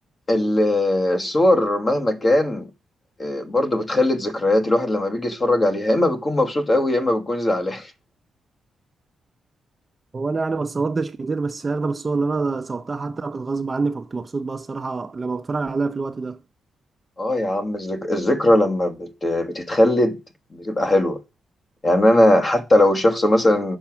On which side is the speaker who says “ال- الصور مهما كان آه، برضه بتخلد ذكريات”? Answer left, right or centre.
Left